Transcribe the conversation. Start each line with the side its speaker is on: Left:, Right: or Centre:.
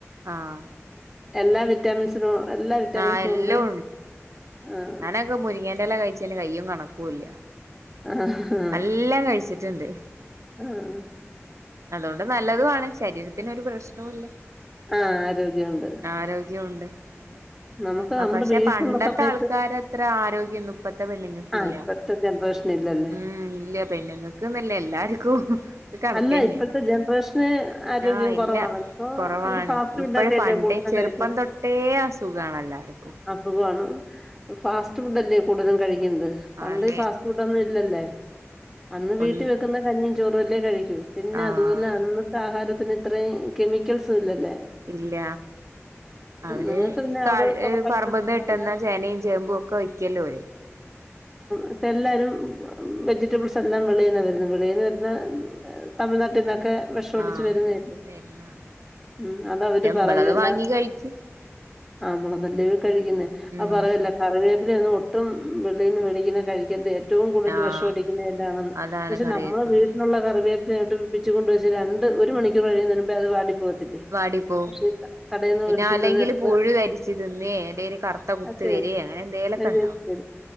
Right: ആഹ്
Centre: എല്ലാ വിറ്റാമിൻസിനും എല്ലാ വിറ്റാമിൻസും
Right: ആഹ് എല്ലോം
Centre: ഉണ്ട് ആഹ്
Right: ഞാനൊക്കെ മുരിങ്ങേന്റെല കഴിച്ചേന് കയ്യും കണക്കൂല്ല
Centre: ആഹ്
Right: നല്ലം കഴിച്ചി ട്ടുണ്ട്
Centre: ആഹ്
Right: അതുകൊണ്ട് നല്ലതുമാണ് ശരീരത്തിനൊരു ഒരു പ്രശ്നവുല്ല
Centre: ആഹ് ആരോഗ്യമുണ്ട്.
Right: ആരോഗ്യമുണ്ട് അതോണ്ട്
Centre: നമുക്ക് നമ്മുടെ
Right: പക്ഷെ
Centre: വീട്ടിലുള്ള
Right: പണ്ടത്തെ
Centre: സമയത്ത്
Right: ആൾക്കാ ക്കാരെ അത്ര ആരോഗ്യൊന്നും ഇപ്പത്തെ പെണ്ണുങ്ങക്ക്
Centre: ആഹ്
Right: ഇല്ല
Centre: ഇപ്പഴത്തെ ജനറേഷൻ ഇല്ലല്ലേ.
Right: ഉം ഇല്ല പെണ്ണുങ്ങക്ക് ന്നല്ല എല്ലാരുക്കും കണക്കന്നെയാ
Centre: അല്ല ഇപ്പഴത്തെ ജനറേഷന് ആരോഗ്യം
Right: ഞാ
Centre: കുറവാണ്.
Right: ഇല്ല
Centre: ഇപ്പൊ
Right: കുറവാണ്
Centre: അവര് ഫാസ്റ്റ്
Right: ഇപ്പഴ്
Centre: ഫുഡൊക്കെ
Right: പണ്ടേ
Centre: അല്ലേ കൂടുതലും
Right: ചെറുപ്പംതൊട്ടേ
Centre: കഴിക്കുന്നത്.
Right: അസുഖാണെല്ലാർക്കും
Centre: അസുഖവാണ് ഫാസ്റ്റ് ഫുഡ് അല്ലേ കൂടുതലും കഴിക്കുന്നത് പണ്ട്
Right: അതെ
Centre: ഫാസ്റ്റ് ഫുഡൊന്നും ഇല്ലല്ലോ അന്ന് വീട്ടി
Right: ഒന്ന്
Centre: വെക്കുന്ന കഞ്ഞിയും ചോറും അല്ലേ കഴിക്കൂ പിന്നെ
Right: ആഹ്
Centre: അതുപോലെ അന്നത്തെ ആഹാരത്തിന് ഇത്രയും കെമിക്കൽസും ഇല്ലല്ലോ
Right: ഇല്ല അവര്
Centre: നിങ്ങൾക്ക് പിന്നെ
Right: കാ
Centre: അവിടെ കുറെ
Right: എ
Centre: പച്ചക്കറികളുണ്ട്
Right: പറമ്പിന്ന് കിട്ടുന്ന ചേനയും ചേമ്പും ഒക്കെ വയ്ക്കൂല്ലോ അവര്
Centre: ഇപ്പൊ എല്ലാരും വെജിറ്റബിൾസ് എല്ലാം വെളിയിന്നാ വരുന്നെ വെളിയിന്ന് വരു തേ തമിഴ്നാട്ടിന്നൊക്കെ വെഷടിച്ചു
Right: ആഹ്
Centre: വരുന്നേ
Right: വരുന്ന
Centre: ഉം അത അവര്
Right: ശമ്പളത്
Centre: പറയുവല്ലോ
Right: വാങ്ങി കഴിക്കും
Centre: ആ മ്മളതല്ലേ കഴിക്കുന്നേ
Right: ഉം
Centre: അപ്പ പറയുവല്ലോ കറിവേപ്പിലയൊന്നും ട്ടും വെളീന്ന് മേടിക്കുന്ന കഴിക്കത്ത ഏറ്റവും കൂടുതൽ
Right: ആഹ്
Centre: വിഷം അടിക്കുന്ന ഇലാണെന്ന്
Right: അതാണ്
Centre: പക്ഷെ
Right: കറിവേപ്പില
Centre: നമ്മള് വീട് ള്ള കറിവേപ്പ്ലയായിട്ടും പിച്ചി കൊണ്ട് വെച്ച് രണ്ട് ഒരു മണിക്കൂറ് കഴിയുന്നേനുമ്പേ അത് വാടിപ്പോ പോത്തിട്ടീ
Right: വാടിപ്പോ
Centre: പക്ഷേ ഈ ക കടേന്ന്
Right: പിന്നെ
Centre: മേടിച്ചോണ്ടിരുന്ന
Right: അല്ലെങ്കിൽ
Centre: എത്ര
Right: പുഴു കരിച്ച് തിന്നേ എന്തേലും കറുത്ത കുത്ത്
Centre: അതെയതെ
Right: വരേ അങ്ങനെ എന്തേലൊക്കെ
Centre: അതരി
Right: ഉണ്ടാവും
Centre: തരും